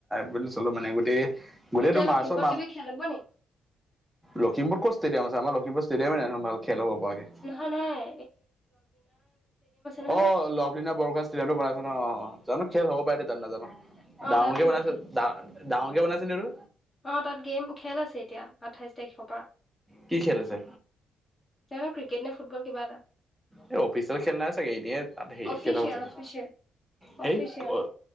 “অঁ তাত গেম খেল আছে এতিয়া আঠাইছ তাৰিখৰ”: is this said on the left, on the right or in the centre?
Left